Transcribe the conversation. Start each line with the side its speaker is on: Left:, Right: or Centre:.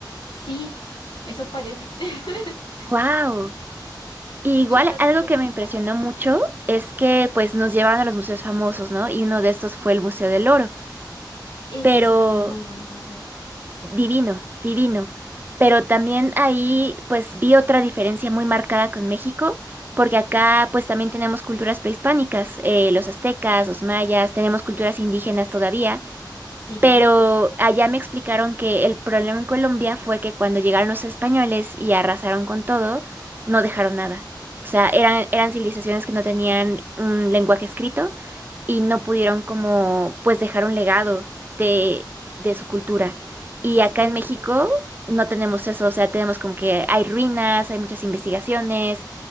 Left: Sí, eso parece. <laughs>
Right: ¡Wow! Y igual
Left: Y entonces
Right: algo
Left: que,
Right: que me impresionó
Left: ajá,
Right: mucho es que pues nos llevaron a los museos famosos, ¿no? Y uno de estos fue el Museo del Oro,
Left: ese
Right: pero
Left: es un muy bonito museo.
Right: divino, divino. Pero también ahí pues vi otra diferencia muy marcada con México, porque acá pues también tenemos culturas prehispánicas, eh, los aztecas, los mayas, tenemos culturas indígenas todavía,
Left: Sí,
Right: pero allá me explicaron que el problema en Colombia fue que cuando llegaron los españoles y arrasaron con todo, no dejaron nada. O sea, eran, eran civilizaciones que no tenían un lenguaje escrito y no pudieron como pues dejar un legado de, de su cultura. Y
Left: sí
Right: acá en
Left: es
Right: México
Left: cierto.
Right: no tenemos eso, o sea, tenemos como que hay ruinas, hay muchas investigaciones,